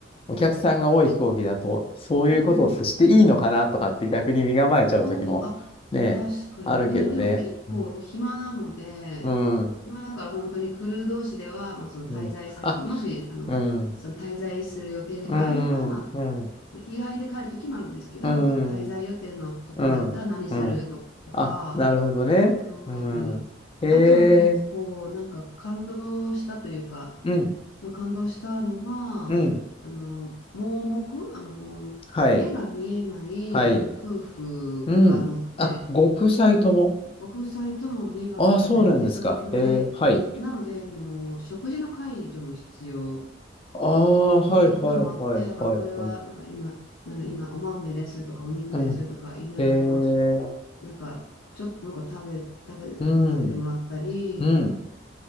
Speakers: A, on the left; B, on the left.
A: お客さんが多い飛行機だと、そういうことってしていいのかなとかって逆に身構えちゃう時もね、
B: うんうん。あーあ、確かにね。
A: あるけどね。
B: でも結構暇なので、
A: うん。うん。
B: 暇だから本当にクルー同士では、まあ、その滞在先、
A: うんあ、
B: もし、あの、
A: うん。
B: その滞在する予定があれば、
A: うん。うん。
B: まあ日帰りで帰る時もあるんですけど、
A: うん。
B: まあ、その滞在予定のところだったら何するとか、
A: うん。うんあ、なるほどね。
B: 考えたり、
A: うん。へえ。
B: あとは結構なんか感動したというか、
A: うん。
B: まあ、感動したのは、
A: うん。
B: あの、盲目、あの、
A: はい。
B: 目が見えない夫婦が乗って、
A: はい。うん。あ、ご夫妻とも。
B: ご夫妻とも目が見えないっていう状況で、
A: ああ、そうなんですか。へえ。はい。
B: なので、あの、食事の介助も必要
A: ああ、はいはいはいはいはい。
B: っていうこともあって、だからこれはなんか今、なんか今お豆ですとかお肉ですとか言いながら、
A: うん。へえ。
B: まあ、なんかちょっとなんか食べ、食べ、
A: うん、
B: 食べてもらったり、
A: うん、